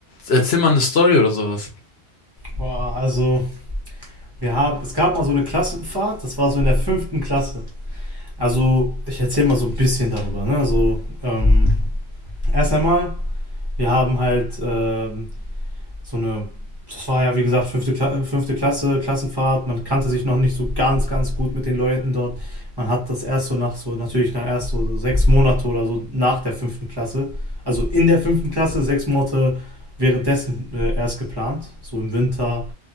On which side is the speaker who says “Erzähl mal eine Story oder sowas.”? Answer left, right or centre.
Left